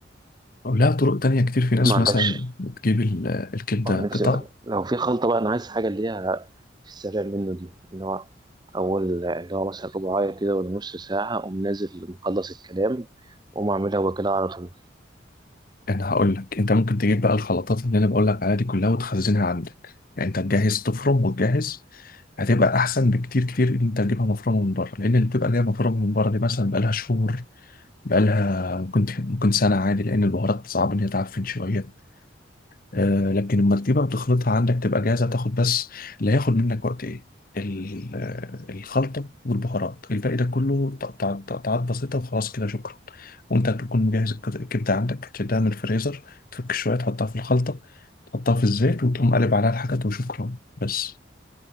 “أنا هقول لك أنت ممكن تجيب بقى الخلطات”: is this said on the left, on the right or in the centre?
Left